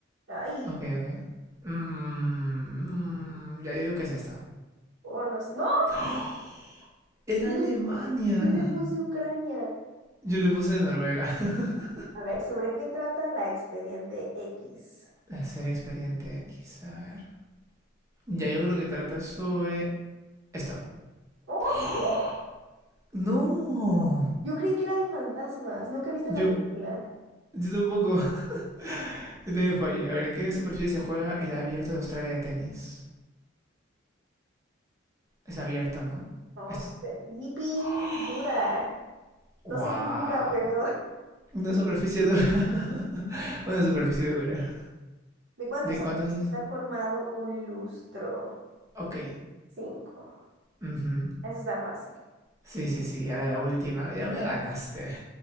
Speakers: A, on the right; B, on the right.
A: Ay,
B: ok, ok. Mm, mm, ya digo que es esto.
A: oh, no sé. ¡No!
B: <gasps> Era
A: Yo
B: Alemania.
A: le, yo le puse Ucrania.
B: Yo le puse Noruega. <laughs>
A: A ver, ¿sobre qué trata la Expediente X?
B: La serie Expediente X, a ver. Ya yo creo que trata sobre esto.
A: ¡Oh!
B: <gasps>
A: ¡uh!
B: No.
A: Yo creí que era de fantasmas. ¿Nunca viste
B: Yo,
A: la película?
B: yo tampoco. <laughs> Yo también fallé. A ver, ¿en qué superficie se juega el abierto de Australia de tenis? Es abierto, ¿no?
A: No
B: Esto.
A: sé. Yipi,
B: <gasps>
A: dura.
B: Wow.
A: No sé qué es dura, pero
B: Una superficie dura. <laughs> Una superficie dura.
A: ¿De cuántos
B: ¿De
A: años
B: cuántos años?
A: está formado un lustro?
B: Ok.
A: Cinco.
B: Ujú.
A: Eso está fácil.
B: Sí, sí, sí. Y ahora la última. Ya me ganaste.